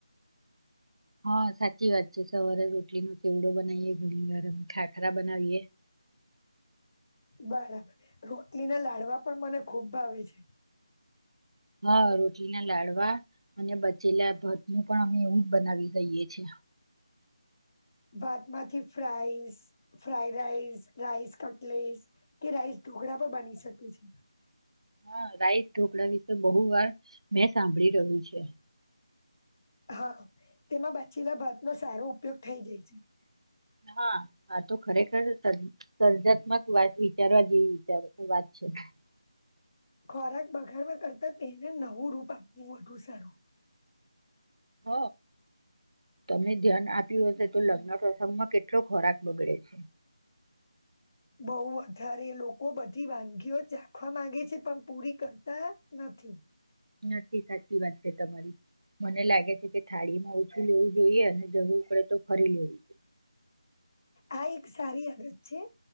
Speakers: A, on the right (about 70°); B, on the left (about 30°).
A: હ સાચી વાત છે સવારે રોટલીનો ચેવડો બનાવીએ ઘણી વાર ખાખરા બનાવીએ.
B: બરાબર રોટલીના લાડવા પણ મને ખૂબ ભાવે છે.
A: હ રોટલીના લાડવા અને બચેલા ભાત નું પણ અમે એવું જ બનાવી દઈએ છીએ.
B: ભાતમાંથી fries fry rice rice cutlets કે રાઈસ ઢો કળા બની શકે છે.
A: હા રાઈસ ઢોકળા વિશે બહુ વાર મેં સાંભળી રહ્યું છે.
B: હા તેમાં બચેલા ભાતનો સારો ઉપયોગ થઈ જાય છે.
A: હા આ તો ખરેખર સર સર્જાત્મક વાત વિચારવા જેવી વિચાર વાત છે. <unintelligible>
B: ખોરાક બગાડવા કરતાં તેને નવું રૂપ આપવું વધુ સારું.
A: હ તમે ધ્યાન આપ્યું હશે તો લગ્ન પ્રસંગમાં કેટલો ખોરાક બગડે છે.
B: બહુ વધારે લોકો બધી વાનગીઓ ચાખવા માંગે છે, પણ પૂરી કરતા નથી.
A: નથી સાચી વાત છે, તમારી મને લાગે છે કે થાળી માં ઓછું લેવું જોઈએ અને જરૂર પડે તો ફરી લેવું જોઈએ.
B: આ એક સારી આદત છે,